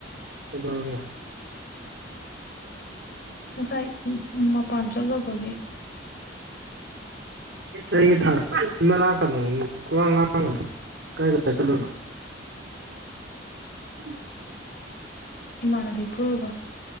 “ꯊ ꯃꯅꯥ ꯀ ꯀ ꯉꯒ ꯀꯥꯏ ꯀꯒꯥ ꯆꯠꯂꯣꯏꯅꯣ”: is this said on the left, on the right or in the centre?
Right